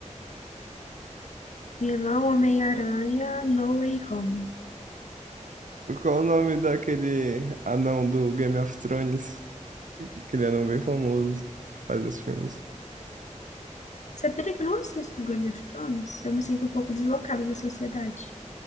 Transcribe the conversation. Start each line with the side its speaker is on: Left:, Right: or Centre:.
Left: Vilão Homem-Aranha, No Way Home.
Right: Qual o nome daquele anão do Game of Thrones? Aquele anão bem famoso que faz os filmes.
Left: Sabia que eu não assisto Game of Thrones? Eu me sinto um pouco deslocada da sociedade.